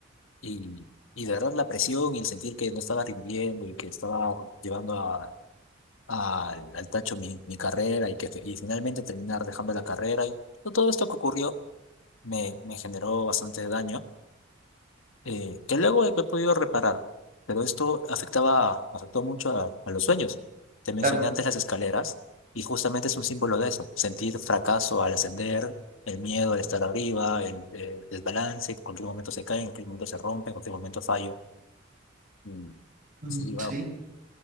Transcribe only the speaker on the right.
claro.
Mm,
Sí,